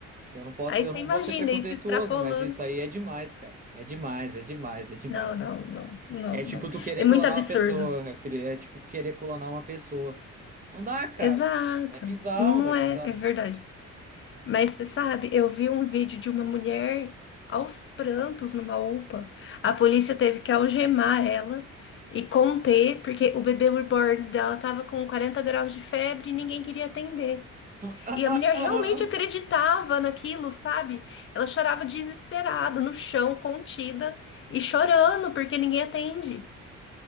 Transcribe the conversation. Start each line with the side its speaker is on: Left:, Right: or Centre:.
Right: Eu não posso,
Left: Aí
Right: eu
Left: você
Right: não
Left: imagina
Right: vou ser preconceituoso,
Left: isso extrapolando.
Right: mas isso aí é demais, cara. É demais, é demais, é demais.
Left: Não, não, não, não,
Right: É tipo
Left: não.
Right: tu querer
Left: É muito
Right: clonar
Left: absurdo.
Right: uma pessoa, é, pre- é tipo querer clonar uma pessoa. Não dá, cara.
Left: Exato.
Right: É bizarro,
Left: Não, não
Right: é bizarro.
Left: é, é verdade. Mas você sabe, eu vi um vídeo de uma mulher aos prantos numa UPA. A polícia teve que algemar ela e conter, porque o bebê reborn dela tava com 40 graus de febre e ninguém queria atender.
Right: <laughs>
Left: E a mulher realmente acreditava naquilo, sabe? Ela chorava desesperada, no chão, contida e chorando porque ninguém atende.